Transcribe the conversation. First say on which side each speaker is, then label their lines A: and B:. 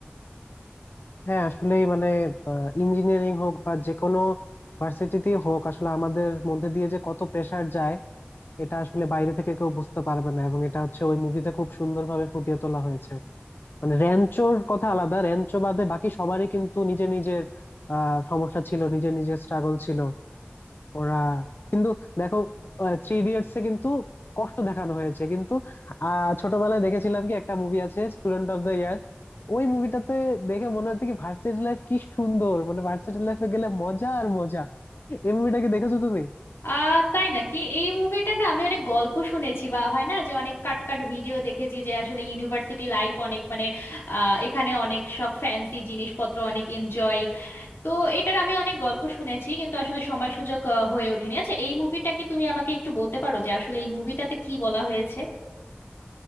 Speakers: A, on the left; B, on the left.
A: হ্যাঁ আসলেই মানে ইঞ্জিনিয়ারিং হোক বা যে কোনো ভার্সিটিতেই হোক আসলে আমাদের মধ্যে দিয়ে যে কত প্রেসার যায় এটা আসলে বাইরে থেকে কেউ বুঝতে পারবে না এবং এটা হচ্ছে ওই মুভিতে খুব সুন্দরভাবে ফুটিয়ে তোলা হয়েছে মানে র্যাঞ্চোর কথা আলাদা র্যাঞ্চো বাদে বাকি সবারই কিন্তু নিজের নিজের আহ সমস্যা ছিল নিজের নিজের স্ট্রাগল ছিল ওরা কিন্তু দেখো থ্রি ইডিয়টস এ কিন্তু কষ্ট দেখানো হয়েছে কিন্তু আহ ছোটবেলায় দেখেছিলাম কি একটা মুভি আছে স্টুডেন্ট অফ দ্য ইয়ার ওই মুভিটাতে দেখে মনে হতো কি ভার্সিটি লাইফ কি সুন্দর মানে ভার্সিটি লাইফে গেলে মজা আর মজা এই মুভিটা কি দেখেছো তুমি
B: আহ তাই নাকি এই মুভিটা না আমি অনেক গল্প শুনেছি বা হয় না যে অনেক কাট কাট ভিডিও দেখেছি যে আসলে ইউনিভার্সিটি লাইফ অনেক মানে আহ, এখানে অনেক সব ফ্যান্সি জিনিসপত্র অনেক এনজয় তো এটার আমি অনেক গল্প শুনেছি কিন্তু আসলে সময় সুযোগ আহ, হয়ে ওঠেনি আচ্ছা এই মুভিটাকে তুমি আমাকে একটু বলতে পারো যে আসলে এই মুভিটাতে কি বলা হয়েছে